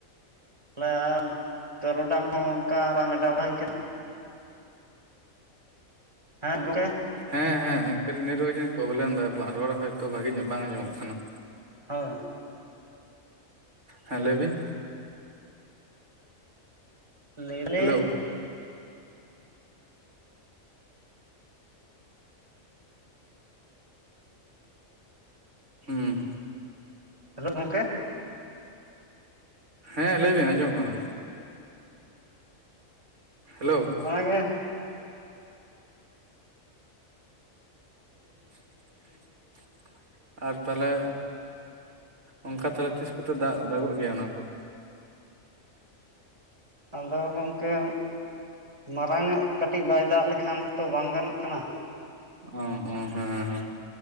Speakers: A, on the right; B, on the right.
A: <unintelligible> ᱛᱚᱨᱚᱰᱟᱝ ᱦᱚᱸ ᱚᱱᱠᱟ ᱵᱟᱝ ᱮᱰᱟᱣ <unintelligible> ᱠᱟᱱᱟ᱾ <unintelligible>
B: ᱦᱮᱸ ᱦᱮᱸ ᱠᱟᱹᱴᱤᱡ ᱱᱮᱴᱳᱣᱟᱨᱠ ᱡᱟᱹᱱᱤᱡ ᱯᱨᱚᱵᱞᱮᱢ ᱫᱟᱭ ᱨᱚᱲ ᱦᱚᱭᱛᱳ ᱵᱷᱟᱜᱮ ᱧᱚᱜ ᱵᱟᱝ ᱟᱸᱡᱚᱢᱚᱜ ᱠᱟᱱᱟᱜ᱾
A: ᱦᱮᱸ᱾
B: ᱦᱮᱸ ᱞᱟᱹᱭ ᱵᱤᱱ᱾
A: ᱞᱟᱹᱭ
B: ᱦᱮᱞᱳ
A: <unintelligible>
B: <inaudible> ᱦᱩᱸ᱾
A: ᱦᱮᱞᱳ ᱜᱚᱝᱠᱮ᱾
B: ᱦᱮᱸ ᱞᱟᱹᱭ ᱵᱤᱱ ᱟᱸᱡᱚᱢᱚᱜ ᱠᱟᱱᱟ᱾ ᱦᱮᱞᱳ᱾
A: ᱚᱱᱟᱜᱮ
B: <inaudible> ᱟᱨ ᱛᱟᱦᱚᱞᱮ ᱚᱱᱠᱟ ᱛᱟᱦᱚᱞᱮ ᱛᱤᱥ ᱠᱚᱛᱮ ᱫᱟᱜ- ᱫᱟᱜᱚᱜ ᱜᱮᱭᱟ ᱚᱱᱟ ᱠᱚ?
A: ᱟᱫᱚ ᱜᱚᱝᱠᱮ ᱢᱟᱨᱟᱝ ᱧᱚᱜ ᱠᱟᱹᱴᱤᱡ ᱵᱟᱭ ᱫᱟᱜ ᱞᱮᱠᱷᱟᱱ ᱛᱚ ᱵᱟᱝ ᱜᱟᱱᱚᱜ ᱠᱟᱱᱟ᱾
B: ᱚ, ᱚ, ᱦᱮᱸ, ᱦᱮᱸ